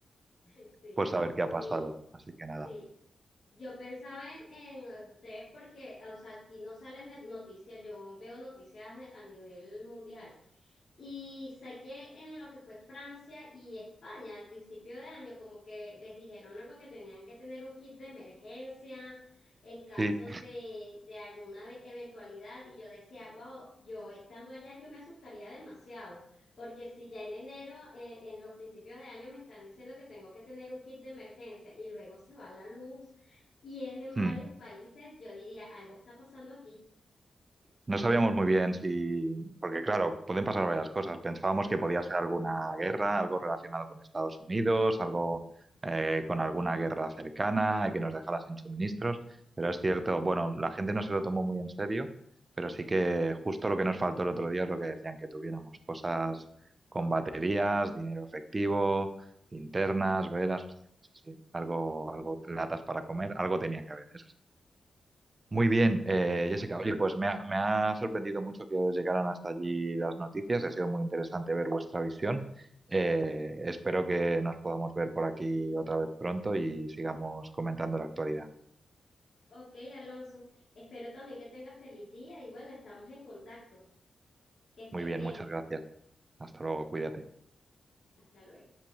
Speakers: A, on the left; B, on the right.
A: <laughs> sí,
B: por saber qué
A: mi,
B: ha pasado. Así que nada.
A: sí. Yo pensaba en, en ustedes porque, o sea, aquí no salen noticias, yo veo noticias de- a nivel mundial. Y saqué en lo que fue Francia y España al principio de año, como que les dijeron algo que tenían que tener un kit de emergencia en caso
B: Sí,
A: de, de alguna ve- eventualidad. Y yo decía, wow, yo estando allá, yo me asustaría demasiado, porque si ya en enero, eh, en los principios de año, me están diciendo que tengo que tener un kit de emergencia y luego se va la luz y es en
B: Hmm.
A: varios países, yo diría, algo está pasando aquí.
B: No sabíamos muy bien si, porque claro, pueden pasar varias cosas. Pensábamos que podía ser alguna guerra, algo relacionado con Estados Unidos, algo eh, con alguna guerra cercana y que nos dejara sin suministros, pero es cierto, bueno, la gente no se lo tomó muy en serio, pero sí que justo lo que nos faltó el otro día es lo que decían que tuviéramos, cosas con baterías, dinero efectivo, linternas, velas, o sea, sí, sí, algo, algo, latas para comer, algo tenía que haber, eso muy bien, eh, Jessica. Oye, pues me ha, me ha sorprendido mucho que os llegaran hasta allí las noticias. Ha sido muy interesante ver vuestra visión. Eh, espero que nos podamos ver por aquí otra vez pronto y sigamos comentando la actualidad.
A: Ok, Alonso, espero también que tengas feliz día y bueno, estamos en contacto. Que estés
B: Muy bien,
A: bien.
B: muchas gracias. Hasta luego, cuídate.
A: Hasta luego.